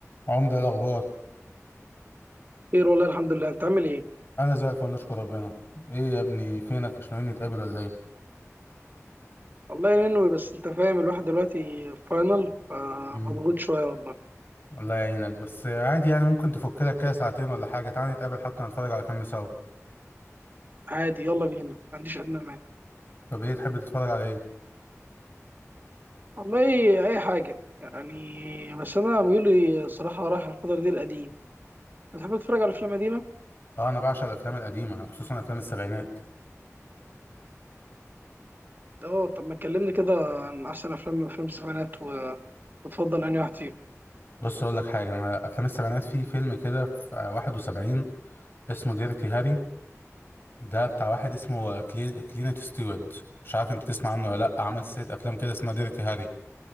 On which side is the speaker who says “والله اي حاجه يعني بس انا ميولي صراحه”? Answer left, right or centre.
Right